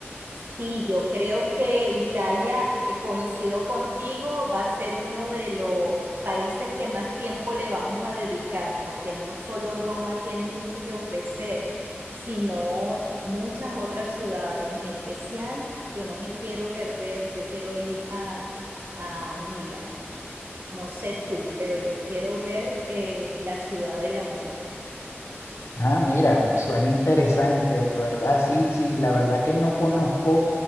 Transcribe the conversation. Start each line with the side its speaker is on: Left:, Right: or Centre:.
Right: Sí, yo creo que Italia, eh, coincido contigo, va a ser uno de los países que más tiempo le vamos a dedicar, porque no solo Roma tiene mucho que ofrecer, sino muchas otras ciudades. En especial, yo no me quiero perder, yo quiero ir a, a Milán. No sé tú, pero yo quiero ver eh, la ciudad de la moda.
Left: Ah, mira, suena interesante, de verdad, sí, sí, la verdad que no conozco